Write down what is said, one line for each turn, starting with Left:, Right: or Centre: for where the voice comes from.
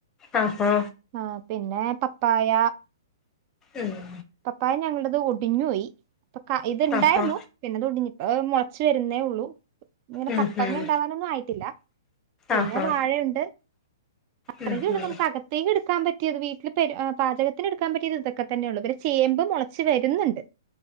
Left: ആ ഹാ
Right: ആഹ് പിന്നെ പപായ.
Left: ഉം
Right: പപ്പായ ഞങ്ങൾട അത് ഒടിഞ്ഞു പോയി. അപ്പൊ ഇത് ഇണ്ടായിരുന്നു
Left: ആഹാ
Right: പിന്നതൊടിഞ് മുളച്ച് വരുന്നേ ഉള്ളൂ. ഇങ്ങനെ
Left: ഉം
Right: പപ്പങ്ങ
Left: ഉം
Right: ഉണ്ടാവാനൊന്നും ആയിട്ടില്ല പിന്നെ
Left: ആഹാ
Right: വാഴയുണ്ട്. അത്രയേ
Left: ഉം
Right: ഉള്ള
Left: ഉം
Right: നമുക്ക് അകത്തേക്ക് എടുക്കാൻ പറ്റ വീട്ടിൽ പ പാചകത്തിന് എടുക്കാൻ പറ്റിയത് ഇതൊക്കെ തന്നെയുള്ളൂ. പിൻ ചേമ്പ് മുളച്ച് വരുന്നുണ്ട്.